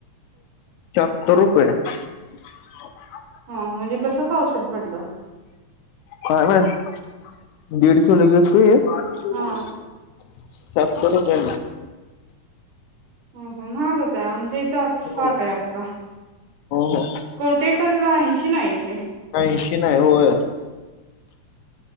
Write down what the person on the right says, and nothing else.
हा म्हणजे कसं पावशेर पडलं
हा
हो हो महागच हाय आम इथं साठ
आहे आता
कवठे एकंद ला आईशी न हाय की